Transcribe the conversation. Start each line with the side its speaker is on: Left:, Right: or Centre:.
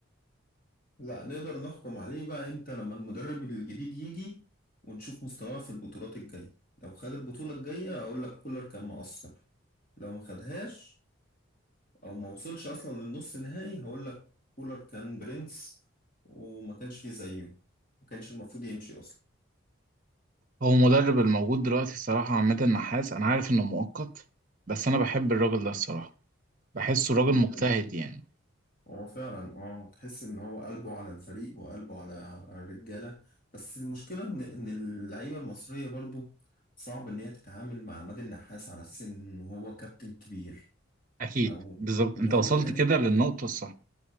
Left: لا نقدر نحكم عليه بقى امتى لما المدرب الجديد يجي ونشوف مستواه في البطولات الجاية لو خد البطولة الجاية هقول لك كولر كان مقصر لو ما خدهاش او ما وصلش اصلا للنص نهائي هقول لك كولر كان برنس وما كانش فيه زيه ما كانش المفروض يمشي اصلا
Right: هو المدرب الموجود دلوقتي الصراحه عماد النحاس انا عارف انه مؤقت بس انا بحب الراجل ده الصراحه بحسه راجل
Left: يعمل
Right: مجتهد
Left: لنا.
Right: يعني
Left: هو فعلا اه تحس ان هو قلبه على الفريق وقلبه على الرجاله بس المشكله ان ان اللعيبه المصريه برضو صعب ان هي تتعامل مع عماد النحاس على اساس ان هو كابتن كبير
Right: اكيد
Left: او
Right: بالظبط
Left: ان
Right: انت
Left: هو
Right: وصلت
Left: ما كانتش
Right: كده للنقطه الصح